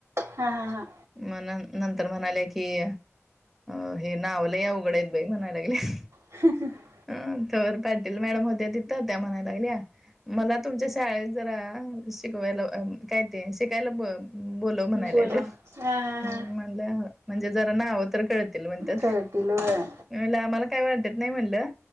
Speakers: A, on the right; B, in the centre.
A: हा हा हा.
B: म नंतर म्हणाले की अ हे नावलया अवघडहयात बाई म्हनाय लागलया.
A: ह. ह
B: अ तर पाटील मॅडम होत्या तिथं त्या म्हणायला लागल्या मला तुमच्या शाळेत जरा शिकवायला अ काय ते शिकायला ब बोलव म्हणाय
A: बोलवा
B: लायले
A: हा हा
B: म्हणलं
A: हा
B: म्हणजे जरा नावं तर कळत म्हणतात
A: कळतील व्हय
B: मी म्हणलं आम्हाला काय वाटत नाही म्हणलं